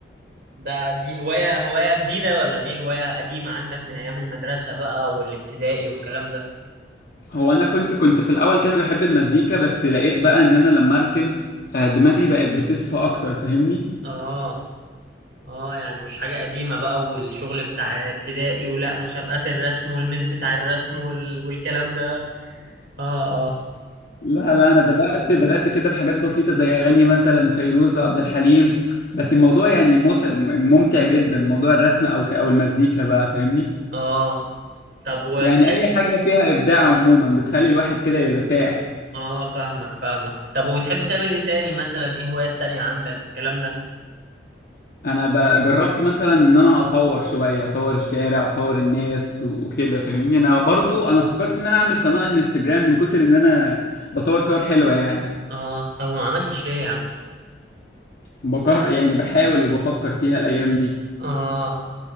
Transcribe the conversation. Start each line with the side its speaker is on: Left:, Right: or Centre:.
Right: ده دي هواية هواية جديدة ولا دي هواية قديمة عندك من ايام المدرسة بقى والابتدائي والكلام ده
Left: هو انا كنت كنت في الاول كده بحب المزيكا بس لقيت بقى ان انا لما ارسم آه، دماغي بقت بتصفى اكتر فاهمني
Right: اه اه يعني مش حاجة قديمة بقى والشغل بتاع ابتدائي ولا مسابقات الرسم والميس بتاع الرسم وال... والكلام ده اه اه
Left: لا لا انا بدات بدات كده بحاجات بسيطه زي اغاني مثلا فيروز عبد الحليم بس الموضوع يعني مت- ممتع جدا موضوع الرسم او ك- او المزيكا بقى فاهمني
Right: اه طب وبتحب
Left: يعني اي حاجه فيها ابداع عموما بتخلي الواحد كده يرتاح
Right: اه فاهمك فاهمك طب وبتحب تعمل ايه تاني مثلا ايه هوايات تانية عندك الكلام ده
Left: انا ب- جربت مثلا ان انا اصور شويه اصور الشارع واصور الناس و- وكده فاهمني انا برضو انا فكرت ان انا اعمل قناه انستجرام من كتر ان انا بصور صور حلوه يعني
Right: اه طب وما عملتش ليه يا عم
Left: بجر يعني بحاول وبفكر فيها الايام دي
Right: اه